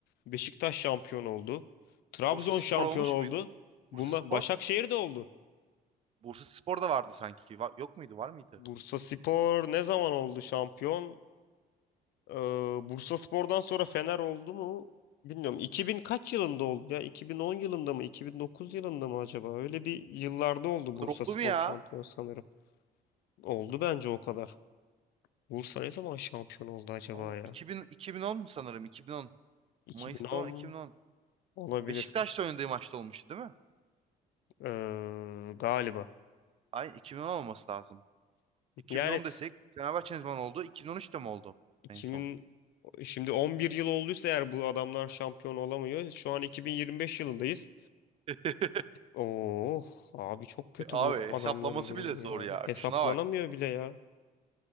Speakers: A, on the left; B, on the right.
A: Beşiktaş şampiyon oldu. Trabzon
B: Bursa Spor
A: şampiyon
B: olmuş
A: oldu.
B: muydu?
A: Bunlar
B: Bursa Spor?
A: Başakşehir de oldu.
B: Bursa Spor da vardı sanki. Va- yok muydu? Var mıydı?
A: Bursaspor ne zaman oldu şampiyon? Ee, Bursaspor'dan sonra Fener oldu mu? Bilmiyorum. 2000 kaç yılında oldu ya? 2010 yılında mı? 2009 yılında mı acaba? Öyle bir yıllarda oldu Bursaspor
B: Bu oldu mu ya?
A: şampiyon sanırım. Oldu bence o kadar. Bursa ne zaman şampiyon oldu acaba
B: Allah
A: ya?
B: 2000 2010 sanırım 2010.
A: 2010
B: Mayıs'ta o- 2010.
A: olabilir.
B: Beşiktaş'ta oynadığı maçta olmuştu değil mi?
A: Ee, galiba.
B: Ay 2010 olması lazım. 2010
A: Yani
B: desek Fenerbahçe ne zaman oldu? 2013'te mi oldu
A: 2000
B: en son?
A: şimdi 11 yıl olduysa eğer bu adamlar şampiyon olamıyor. Şu an 2025 yılındayız.
B: <laughs>
A: Oh abi çok kötü
B: Abi
A: bu
B: hesaplaması
A: adamların durumu
B: bile zor
A: ya.
B: ya.
A: Hesaplanamıyor
B: Şuna bak.
A: bile ya.